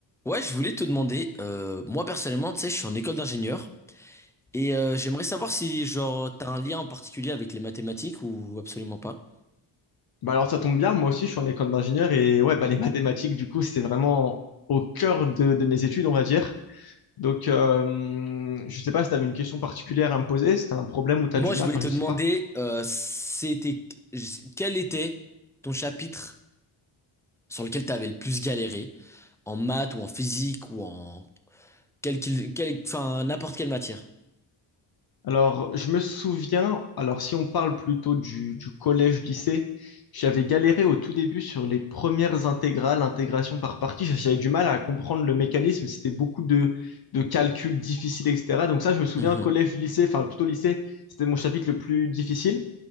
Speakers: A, in the centre; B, on the left.
A: Ouais, je voulais te demander, euh, moi personnellement, tu sais, je suis en école d'ingénieur et euh, j'aimerais savoir si genre t'as un lien en particulier avec les mathématiques ou absolument pas.
B: Bah alors ça tombe bien, moi aussi je suis en école d'ingénieur et ouais bah les <laughs> mathématiques du coup c'est vraiment au cœur de, de mes études on va dire. Donc euh, je sais pas si tu avais une question particulière à me poser, si tu as un problème ou tu
A: Moi,
B: as du mal,
A: je voulais
B: enfin
A: te
B: je
A: demander,
B: sais pas.
A: euh, c'était quel était ton chapitre sur lequel t'avais le plus galéré en maths ou en physique ou en quel qu'il, quel, enfin n'importe quelle matière.
B: Alors je me souviens, alors si on parle plutôt du, du collège-lycée, j'avais galéré au tout début sur les premières intégrales, intégration par partie, j'avais du mal à comprendre le mécanisme, c'était beaucoup de, de calculs difficiles etc. Donc ça je me souviens
A: Mhm,
B: collège-lycée, enfin plutôt lycée, c'était mon chapitre le plus difficile.